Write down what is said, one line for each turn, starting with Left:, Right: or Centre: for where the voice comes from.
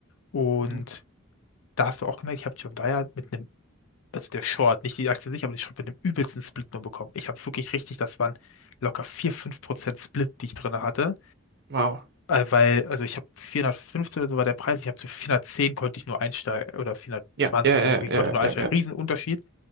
Left: Und
Right: Mhm.
Left: da hast du auch gemerkt, ich habe John Deere mit einem also der Short, nicht die Aktie sich, aber die Short mit dem übelsten Split nur bekommen. Ich habe wirklich richtig, das waren locker vier fünf Prozent Split, die ich drin hatte.
Right: Wow.
Left: Äh, weil, also ich habe 415 oder so war der Preis, ich habe zu 410 konnte ich nur einsteigen, oder 420
Right: Ja, ja, ja,
Left: dann irgendwie, konnte
Right: ja,
Left: nur einsteigen.
Right: ja, ja.
Left: Riesenunterschied,